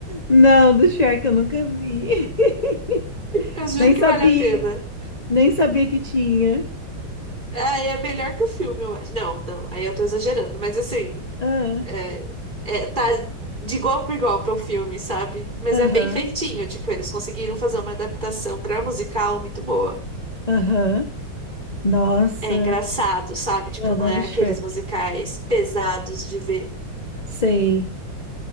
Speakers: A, on the left (about 25°); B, on the right (about 25°).
A: não, do Shrek eu nunca vi. <laughs>
B: Eu juro
A: Nem
B: que
A: sabia.
B: vale a pena.
A: Nem sabia que tinha.
B: Ah, é melhor que o filme, eu acho. Não, não, aí eu tô exagerando, mas assim,
A: Ah,
B: é, é- tá de igual para igual para o filme, sabe? Mas
A: Aham.
B: é bem feitinho, tipo, eles conseguiram fazer uma adaptação pra musical muito boa.
A: Aham. Nossa,
B: É engraçado, sabe? Tipo,
A: eu adoro
B: não é
A: Shrek.
B: aqueles musicais pesados de ver.
A: Sei.